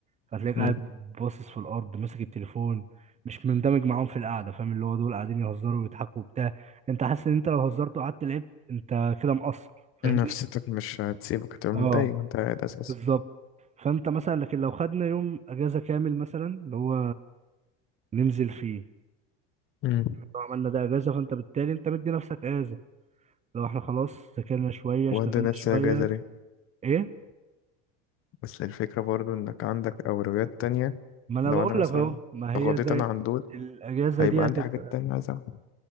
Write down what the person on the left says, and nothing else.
مم.
نفسيتك مش هتسيبك هتبقى
متضايق وانت قاعد اساسا
مم.
وده نفسي
اجازة ليه
بس الفكرة برضو انك عندك اولويات تانية
لو
انا مثلا
غضيت
انا عن دول
هيبقى
عندي
حاجات تانية عايز اعملها